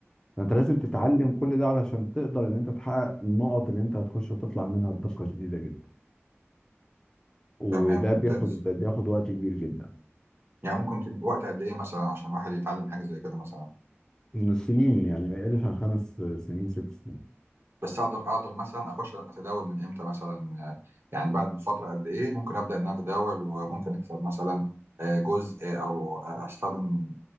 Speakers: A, on the left; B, on the right.
A: فانت لازم تتعلم كل ده علشان تقدر ان انت تحقق النقط اللي انت هتخش وتطلع منها بدقه شديده جدا وده
B: تمام ممتاز
A: بياخد بياخد وقت كبير جدا
B: يعني ممكن تد- وقت قد ايه مثلا عشان واحد يتعلم حاجه زي كده مثلا
A: من السنين يعني بقالي عن خمس سنين ست سنين
B: بس اقدر اقدر مثلا اخش اتداول من امتى مثلا آه، يعني بعد فتره قد ايه ممكن ابدا ان انا اتداول وممكن اكسب مثلا آه، جزء آه، او استخدم